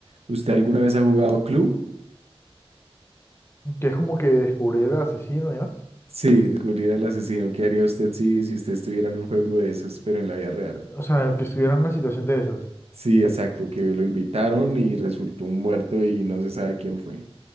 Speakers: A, on the right; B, on the left.
A: ¿Usted alguna vez ha jugado Clue?
B: que es como que descubrir el asesino y más.
A: Sí, descubrir al asesino. ¿Qué haría usted si, si usted estuviera en un juego de esos, pero en la vida real?
B: O sea, que estuviera en una situación de esas.
A: Sí, exacto, que lo invitaron y resultó un muerto y no se sabe quién fue.